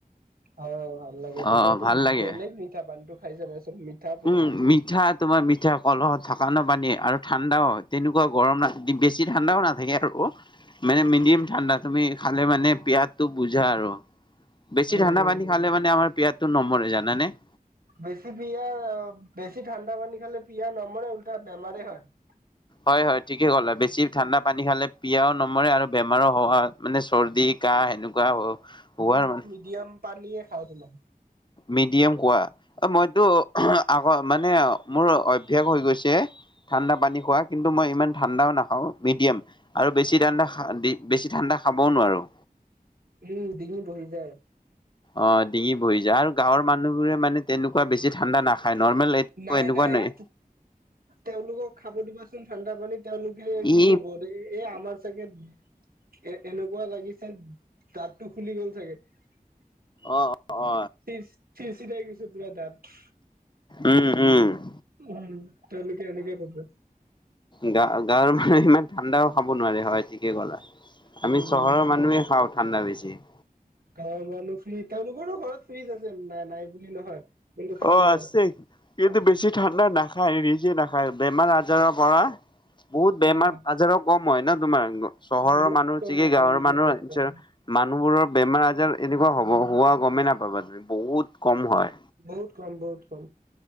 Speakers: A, on the right; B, on the left.
A: হয়-হয় ভাল লাগে।
B: অ
A: মানে এইটো
B: ভাল লাগে।
A: বেলেগ মিঠা পানীটো খাই চাবা চোন? মিঠা পুৰা।
B: উম,
A: <inaudible>
B: মিঠা <unintelligible> তোমাৰ মিঠা কলহ থকা ন পানী আৰু ঠাণ্ডাও তেনেকুৱা গৰম ন বেছি ঠাণ্ডাও নাথাকে আৰু <unintelligible> মানে মিডিয়াম ঠাণ্ডা, তুমি খালে মানে পিয়াহটো ভুজায় আৰু। বেছি
A: উম
B: ঠাণ্ডা
A: উম
B: পানী
A: উম
B: <unintelligible> খালে মানে আমাৰ পিয়াহতো নমৰে জানানে? <inaudible>
A: বেছি পিয়াহ বেছি ঠাণ্ডা পানী খালে পিয়াহ নমৰে, উল্টা বেমাৰেই হয়। <unintelligible>
B: হয়-হয় ঠিকে কলা আৰু বেছি ঠাণ্ডা পানী খালে পিয়াহও নমৰে আৰু বেমাৰো হোৱা মানে চৰ্দি, কাহ সেনেকা <unintelligible> সেনে কোৱা হোৱাৰ মানে <unintelligible>
A: দিয়াম পানীয়ে খাওঁ তোমাৰ <unintelligible>
B: মিডিয়াম খোৱা? <inaudible> অ মইতো <unintelligible> আগৰ মানে মোৰ অভ্যাস হৈ গৈছে ঠাণ্ডা পানী খোৱা কিন্তু মই ইমান ঠাণ্ডাও নাখাওঁ মিডিয়াম। <inaudible> আৰু বেছি ঠাণ্ডা খা <unintelligible> বেছি ঠাণ্ডা খাবও নোৱাৰোঁ।
A: উম! ডিঙি বহি যায়। <inaudible>
B: অঁ ডিঙি বহি যায় আৰু গাঁৱৰ মানুহবোৰে মানে তেনেকুৱা বেছি ঠাণ্ডা নাখায়। <unintelligible>
A: নাই-নাই
B: এনেকুৱা নাই
A: <unintelligible> তেওঁলোকক খাব দিবাচোন ঠাণ্ডা পানী, তেওঁলোকে কি
B: ই
A: কব এই আমাৰ <unintelligible> চাগে <unintelligible> এ এনেকুৱা লাগিছে দাতটো খুলি গ'ল চাগে। <inaudible> <unintelligible>
B: অ অ অ
A: চিৰ-চিৰচিৰাই গৈছে পুৰা দাত।
B: উম-উম। <inaudible>
A: উম তেওঁলোকে এনেকে ক'ব। <inaudible>
B: গা-গাঁৱৰ <unintelligible> মানুহে সিমান ঠাণ্ডাও খাব নোৱাৰে, হয় ঠিকে ক'লা
A: উম
B: আমি চহৰৰ মানুহে খাওঁ। <unintelligible> ঠাণ্ডা বেছি। <inaudible>
A: গাঁৱৰ মানুহ ফ্ৰী তেওঁলোকৰো ঘৰত ফ্ৰীজ আছে নাই-নাই বুলি নহয়। <unintelligible>
B: অ,
A: নোৱাৰে
B: আছে। সিহঁতে বেছি <unintelligible> ঠাণ্ডা নাখায়, ৰিজি নাখায়, বেমাৰ আজাৰৰ পৰা বহুত বেমাৰ
A: আহ
B: আজাৰো কম মই ন তোমাৰ চহৰৰ
A: বহুত
B: মানুহ
A: কম
B: ঠিকে
A: হয়
B: গাঁৱৰ
A: তেওঁলোকৰ
B: মানুহৰ
A: বহুত কম
B: মানুহবোৰৰ বেমাৰ-আজাৰ এনেকুৱা হব হোৱা গমেই নাপাবা তুমি, বহুত কম হয়।
A: বহুত কম, বহুত কম।